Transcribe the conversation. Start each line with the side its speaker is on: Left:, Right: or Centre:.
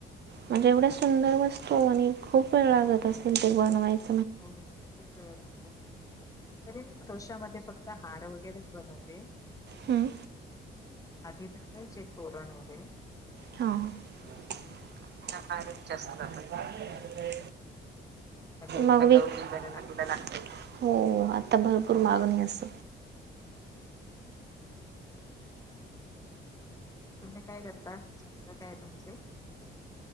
Right: म्हणजे एवढ्या सुंदर वस्तू आणि खूप वेळ लागत असेल ते बनवायचे.
Left: हो खूप वेळ लागतो. तरी मी क्रोशामध्ये फक्त हार वगैरेच बनवते.
Right: हं?
Left: आधी बनवायचे तोरण वगैरे
Right: हा आता हारच जास्त बनवते.
Left: आता गौरी
Right: मग
Left: गणपतीला लागतील.
Right: हो आता भरपूर मागणी अस.
Left: तुम्ही काय करता छंद काय तुमचे